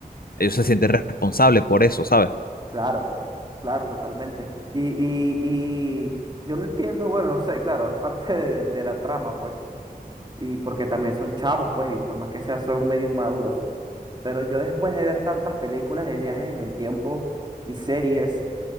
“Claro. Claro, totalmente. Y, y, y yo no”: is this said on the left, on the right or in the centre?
Right